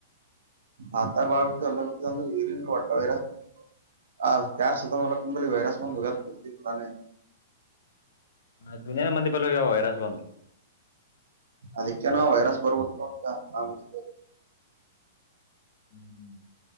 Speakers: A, on the right (about 85°); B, on the left (about 70°).
A: ಆತ ಬಾಳ್ ಬಿಟ್ಟು ಎಲ್ಲ ಬಿಟ್ಟು ಅಂದ್ರೆ ಈರಿಂದ ಒಟ್ಟ ವೇರಂತ. ಆ ಕಾರ್ ಸದು ಮನ ಕಂಬಲಿ ವೈರಸ್ ಮಾಡಂದು ಉಗ ಪತಿ ಹೊರೆ.
B: ದದುನಿಯದ ಮಂದಿ ಪಲ್ ಯ ವೈರಾಸ ಬಂದುು.
A: ಅದಕ್ಕೆ ನ ವೈರಸ್ ಬರ್ಬಟ ಅಂತ.
B: ಹ್ಮ್್ಮ್